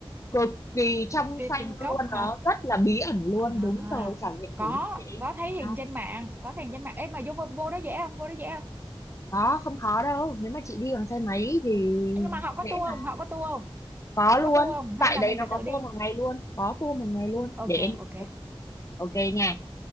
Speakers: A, on the left; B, on the right.
A: cực kỳ trong
B: tiệc
A: xanh
B: tình cốc
A: luôn nó
B: hả
A: rất là bí ẩn luôn
B: à
A: đúng rồi trải nghiệm
B: có
A: thử đi để em
B: có
A: chỉ
B: thấy hình
A: cho.
B: trên mạng có thấy hình trên mạng Ê mà vô vô, vô đó dễ không vô đó dễ không
A: có không khó đâu nếu mà chị đi bằng xe máy thì
B: Ê, nhưng mà họ có
A: dễ
B: tour
A: mà
B: không họ có tour không
A: có
B: họ
A: luôn
B: có tour không
A: tại
B: hay là
A: đấy
B: mình
A: nó
B: phải tự
A: có
B: đi
A: tour một ngày luôn có tour một ngày luôn để
B: ok
A: em
B: ok
A: ok nha